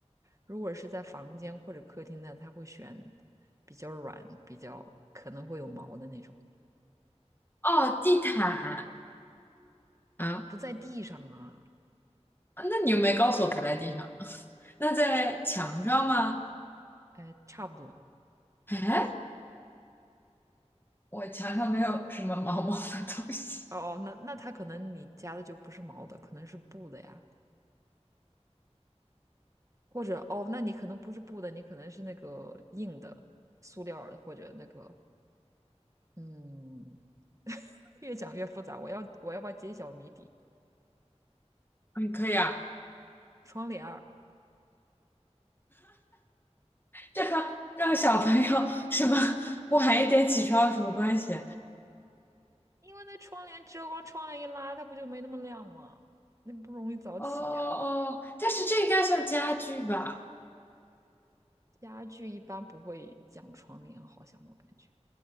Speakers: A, on the right (about 25°); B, on the left (about 20°).
A: 如果是在房间或者客厅的，他会选比较软、比较可能会有毛的那种，
B: 哦，地毯，啊，
A: 不在地上啊。
B: 那你又没告诉我不在地上，那在墙上吗？
A: 哎，差不多。
B: 哎，我墙上没有什么毛毛的东西。
A: 哦，哦，那那他可能你加的就不是毛的，可能是布的呀，或者哦，那你可能不是布的，你可能是那个硬的塑料儿的，或者那个嗯，<laughs> 越讲越复杂，我要我要把揭晓谜底。
B: 哎，可以啊，
A: 窗帘儿。
B: 这和让小朋友什么晚一点起床有什么关系？
A: 因为那窗帘遮光，窗帘一拉，它不就没那么亮吗？那不容易早起呀、
B: 哦哦，但是这应该算家具吧？
A: 家具一般不会讲窗帘，好像我感觉。